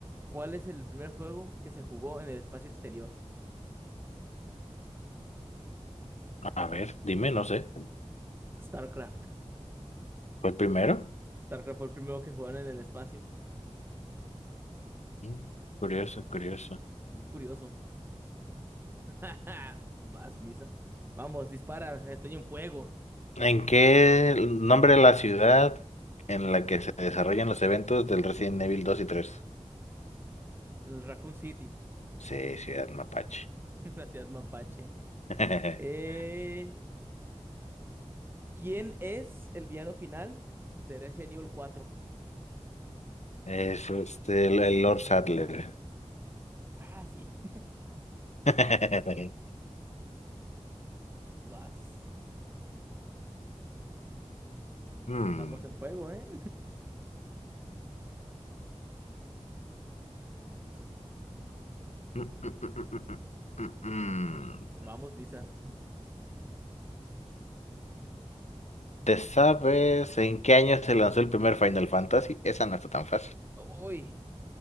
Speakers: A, on the right; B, on the left.
A: ¿Cuál es el primer juego que se jugó en el espacio exterior?
B: A ver, dime, no sé.
A: StarCraft.
B: ¿Fue el primero?
A: StarCraft fue el primero que jugaron en el espacio.
B: Mm, Curioso, curioso.
A: Muy curioso. <laughs> Vas, Misa. Vamos, dispara. Estoy en fuego.
B: ¿En qué nombre de la ciudad en la que se desarrollan los eventos del Resident Evil dos y tres?
A: El Raccoon City,
B: Sí, Ciudad Mapache.
A: <laughs> la ciudad mapache.
B: <laughs>
A: Eh, ¿quién es el villano final de Resident Evil 4?
B: Es este, el, el Lord Sadler.
A: Ah, sí.
B: <laughs>
A: <laughs> Vas.
B: Hmm.
A: Andamos en fuego, ¿eh?
B: Mm, mm, mm, mm, mm, mm. mm.
A: <laughs> Vamos, Misa.
B: ¿Te sabes en qué año se lanzó el primer Final Fantasy? Esa no está tan fácil.
A: <laughs> Uy,